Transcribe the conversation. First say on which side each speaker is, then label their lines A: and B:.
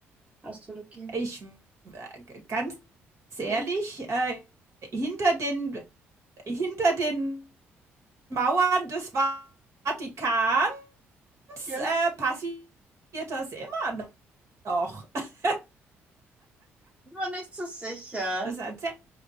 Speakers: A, on the right; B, on the right.
A: Astrologie.
B: ich äh, ganz ehrlich,
A: Ja.
B: äh, hinter den hinter den Mauern des Vatikans,
A: Ja,
B: äh, passiert das immer noch. <laughs>
A: bin mir nicht so sicher.
B: Das erzählen